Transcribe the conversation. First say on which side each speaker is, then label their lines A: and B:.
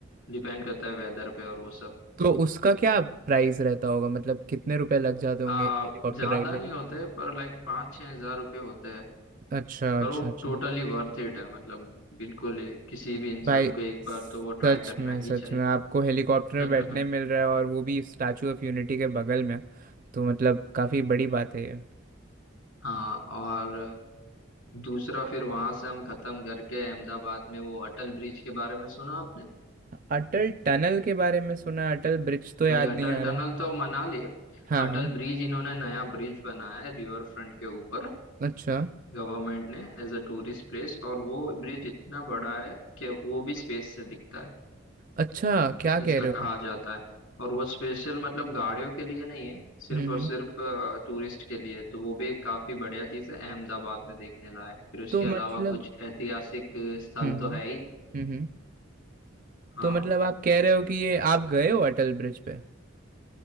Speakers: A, on the left; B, on the right.
A: डिपेंड करता है वेदर पे और वो सब
B: तो उसका क्या प्राइस रहता होगा मतलब कितने रुपए लग जाते होंगे
A: आ
B: हेलीकॉप्टर
A: ज्यादा
B: राइड लेने
A: नहीं होते पर लाइक पाँच छह हजार रुपये होते हैं
B: अच्छा
A: पर
B: अच्छा
A: वो
B: अच्छा
A: टोटली वर्थ इट है मतलब बिल्कुल ही किसी भी इंसान
B: भाई
A: को एक
B: सच
A: बार तो वो ट्राई करना
B: में सच
A: ही
B: में आपको हेलीकॉप्टर
A: चाहिए <laughs>
B: में बैठने मिल रहा है और वो भी स्टैचू ऑफ यूनिटी के बगल में तो मतलब काफ़ी बड़ी बात है ये
A: हाँ और दूसरा फिर वहां से हम खत्म करके अहमदाबाद में वो अटल ब्रिज के बारे में सुना आपने
B: अटल टनल के बारे में सुना है, अटल ब्रिज तो याद
A: नहीं अटल
B: नहीं आ
A: टनल
B: रहा है
A: तो मना लिया
B: हाँ
A: अटल
B: हाँ
A: ब्रिज इन्होंने नया ब्रिज बनाया है रिवर फ्रंट के ऊपर
B: अच्छा
A: गवर्नमेंट ने एज अ टूरिस्ट प्लेस और वो ब्रिज इतना बड़ा है कि वो भी स्पेस से दिखता है
B: अच्छा क्या
A: ऐसा
B: कह रहे
A: कहा
B: हो
A: जाता है और वो स्पेशल मतलब गाड़ियों के लिए नहीं है सिर्फ
B: हम्म
A: और
B: हम्म।
A: सिर्फ टूरिस्ट के लिए तो वो भी एक काफी बढ़िया चीज है अहमदाबाद में देखने लायक फिर उसके
B: तो मतलब
A: अलावा कुछ ऐतिहासिक स्थल
B: हम्म
A: तो
B: हम्म
A: है ही
B: हम्म
A: हाँ
B: तो मतलब आप कह रहे हो कि ये आप गए हो अटल ब्रिज पे